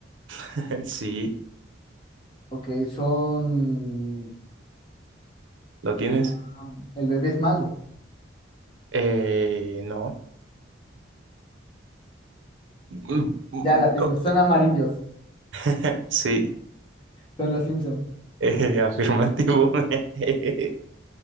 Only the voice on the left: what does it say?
ok, son,
ah, el bebé es malo,
Ah,
ya la tengo,
son amarillos,
son los Simpson.